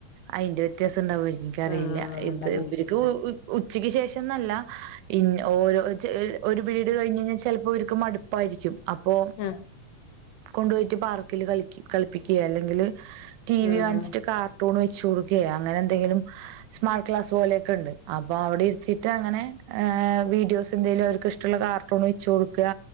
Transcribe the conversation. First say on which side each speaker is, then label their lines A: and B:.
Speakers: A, on the right (about 85°); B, on the left (about 70°).
A: അയിന്റെ വ്യത്യാസം ഉണ്ടാവും എനിക്കറിയില്ല
B: ആഹ്
A: ഇത്
B: ഉണ്ടാവുമായിരിക്കും
A: ഇവർക്ക് ഉച്ചയ്ക്ക് ശേഷംന്നല്ല ഇങ്ങ് ഓരോ ചെ ഒരു പീരീഡ് കഴിഞ്ഞഞ് കഴിഞ്ഞാൽ ചിലപ്പോ ഇർക്ക് മടുക്കു പ്പായിരിക്കും അപ്പോ
B: ആഹ്
A: കൊണ്ടു പോയിട്ട് പാർക്കിൽ കളിക്കും കളിപ്പിക്കുക അല്ലെങ്കില് ടി വി
B: ആഹ്
A: കാണിച്ചിട്ട് കാർ ട്ടുണ് വെച്ച് കൊടുക്കുകയേ അങ്ങനെ എന്തെങ്കിലും സ്മാർട്ട് ക്ലാസ് പോലെയൊക്കെ ഉണ്ട് അപ്പൊ അവിടെ ഇരുത്തിട്ട് അങ്ങനെ വീഡിയോസ് എന്തേങ്കിലും അവർക്ക് ഇഷ്ടമുള്ള കാർട്ടൂൺ വെച്ച് കൊടുക്കുക